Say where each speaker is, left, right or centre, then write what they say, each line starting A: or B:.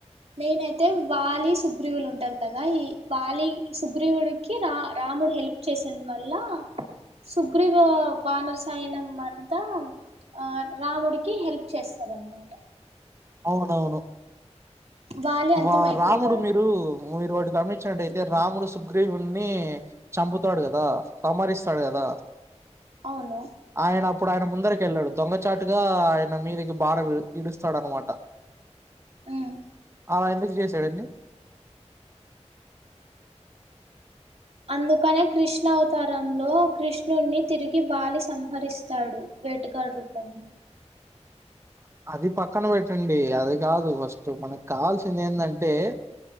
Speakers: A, on the right; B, on the right.
A: మెయిన్ అయితే వాలి సుగ్రీవులు ఉంటారు కదా ఈ వాలి సుగ్రీవుడికి రా రాముడు హెల్ప్ చేసేందు వల్ల సుగ్రీ వానర సాయనం అంతా ఆ రాముడికి హెల్ప్ చేస్తారన్నమాట
B: అవునవును
A: వాలి అంతం
B: వా
A: అయిపోతాడు
B: రాముడు మీరు మీరు వాటి గమనించినట్టయితే రాముడు శు గ్రీవుని చంపుతాడు కదా సమరిస్తాడు కదా
A: అవును
B: ఆయన అప్పుడు ఆయన ముందరికి వెళ్ళాడు దొంగచాటుగా ఆయన మీదికి బాగా విడుస్తాడు అనమాట ట
A: ఉమ్
B: అలా ఎందుకు చేశాడండి
A: అందుకనే కృష్ణ అవతారంలో కృష్ణుణ్ నీ తిరిగి బాలి సంహరిస్తాడు వేటగాడి రూపం
B: అది పక్కన పెట్టండి అది కాదు ఫస్ట్ మనకు కావాల్సింది ఏందంటే